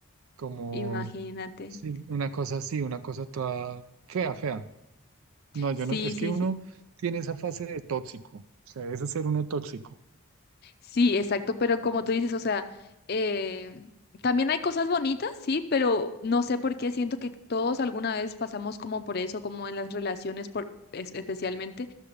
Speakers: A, on the right; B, on the left.
A: como,
B: imagínate.
A: sí, una cosa así, una cosa toda fea, fea. No, yo
B: Sí,
A: no, es
B: sí,
A: que uno
B: sí.
A: tiene esa fase de tóxico, o sea, es ser uno tóxico.
B: Sí, exacto, pero como tú dices, o sea, eh, también hay cosas bonitas, sí, pero no sé por qué siento que todos alguna vez pasamos como por eso, como en las relaciones, por, es- especialmente